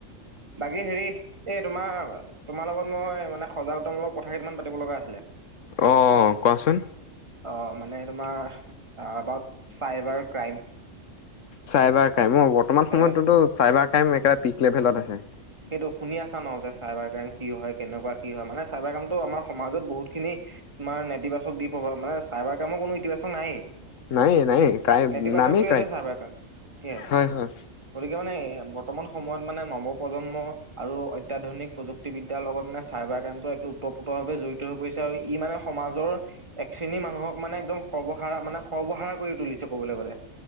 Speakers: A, on the right; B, on the left.
A: বাকী হেৰি এই তোমাৰ তোমাৰ লগত মই মানে সজাগতামূলক কথা কেইটান পাতিব লগা আছিলে,
B: অ', কোৱাচোন।
A: অ মানে তোমাৰ about cyber crime.
B: Cyber crime অ বৰ্তমান
A: তাকে
B: সময়ততোতো চাইবাৰ ক্ৰাইম একেবাৰে পিক লেভেলত আছে।
A: টো শুনি আছা ন যে চাইবাৰ ক্ৰাইম কি হয়, কেনেকুৱা কি হয়, মানে চাইবাৰ ক্ৰাইমতটো আমাৰ সমাজত বহুত খিনি, তোমাৰ নীতিবাচক দি পব মানে চাইবাৰ ক্ৰাইমৰ কোনো ইতিবাচক নাই এ।
B: নায়ে নায়ে ক্ৰাইম
A: নেতিবাচকটো
B: নামেই
A: হৈছে চাবা ক্ৰাইম, য়েছ।
B: হয় হয়
A: গতিকে মানে এ বৰ্তমান সময়ত মানে নৱ প্ৰজন্ম আৰু অত্যাধুনিক প্ৰযুক্তিবিদ্যাৰ লগত মানে চাইবাৰ ক্ৰাইমতটো এক ওতপ্ৰোতভাৱে জড়িত হৈ পৰিছে। আৰু ই মানে সমাজৰ এক শ্ৰেণী মানুহক মানে একদম সৰ্বসাৰা মানে সৰ্বসাৰা কৰি তুলিছে কবলৈ গলে।